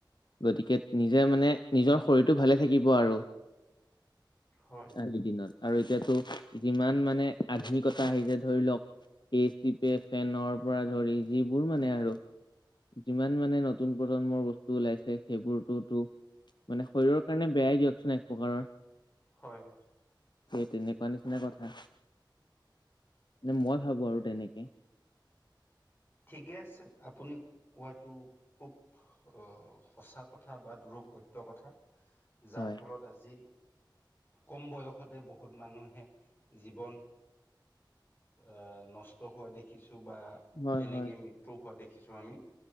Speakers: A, on the left (about 65°); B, on the left (about 30°).
A: গতিকে নিজে মানে নিজৰ শৰীৰটো ভালে থাকিব আৰু
B: হয়
A: আজিৰ দিনত আৰু এতিয়াতো যিমান মানে আধুনিকতা আহিছে ধৰি লওক এ চি পে ফেনৰ পৰা ধৰি যিবোৰ মানে আৰু যিমান মানে নতুন প্ৰজন্মৰ বস্তু ওলাইছে সেইবোৰতোতো মানে শৰীৰৰ কাৰণে বেয়াই দিয়কচোন এক প্ৰকাৰৰ
B: হয়
A: সেই তেনেকুৱা নিচিনা কথা মে মই ভাবো আৰু তেনেকে
B: ঠিকে আছে আপুনি কোৱাতটো খুব আহ সঁচা কথা বা দুৰপত্য কথা যাৰ
A: হয়
B: ফলত আজি কম বয়সতে বহুত মানুহে জীৱন আহ নষ্ট হোৱা দেখিছো বা
A: হয়
B: তেনেকে
A: হয়
B: মৃত্যু হোৱা দেখিছো আমি